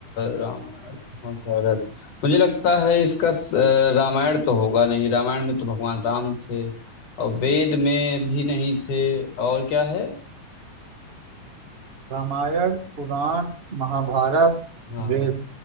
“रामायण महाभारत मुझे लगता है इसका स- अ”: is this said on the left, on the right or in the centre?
Left